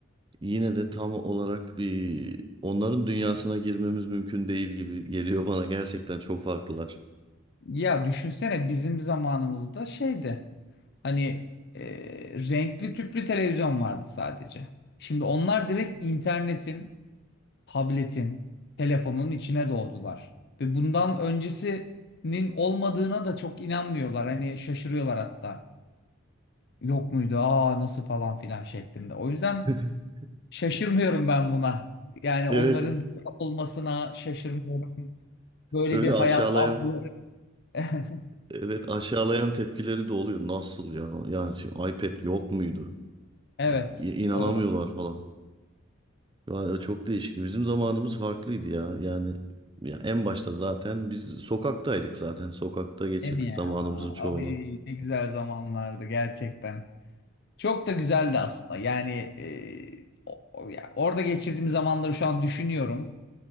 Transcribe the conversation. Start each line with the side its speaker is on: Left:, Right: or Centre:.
Right: yine de tam olarak bir onların dünyasına girmemiz mümkün değil gibi geliyor bana gerçekten çok farklılar.
Left: Ya düşünsene bizim zamanımızda şeydi. Hani e, renkli tüplü televizyon vardı sadece. Şimdi onlar direkt internetin, tabletin, telefonun içine doğdular. Ve bundan öncesinin olmadığına da çok inanmıyorlar. Hani şaşırıyorlar hatta. Yok muydu? Aa nasıl falan filan şeklinde. O yüzden
Right: <laughs>
Left: şaşırmıyorum ben buna. Yani
Right: Evet
Left: onların
Right: evet.
Left: olmasına şaşırmıyorum. Böyle
Right: öyle
Left: bir hayat
Right: aşağılayan
Left: algıları. <laughs>
Right: evet aşağılayan tepkileri de oluyor. Nasıl ya? Yani şimdi iPad yok muydu?
Left: Evet.
Right: Ya i- inanamıyorlar
Left: Doğru.
Right: falan. Vay, çok değişikti. Bizim zamanımız farklıydı ya. Yani ya en başta zaten biz sokaktaydık zaten. Sokakta geçirdik
Left: Değil mi ya?
Right: zamanımızın çoğunu.
Left: Ay ne güzel zamanlardı gerçekten. Çok da güzeldi aslında. Yani e, o- o- ya orada geçirdiğim zamanları şu an düşünüyorum.